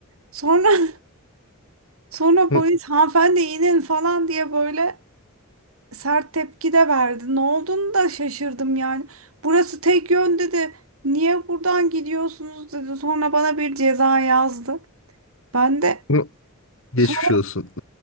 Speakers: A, on the right; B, on the left.
A: Sonra <laughs> sonra
B: hı,
A: polis hanımefendi inin falan diye böyle sert tepki de verdi. Ne olduğunu da şaşırdım yani. Burası tek yön dedi. Niye buradan gidiyorsunuz dedi. Sonra bana bir ceza yazdı. Ben de
B: hı. Geçmiş
A: sonra
B: olsun.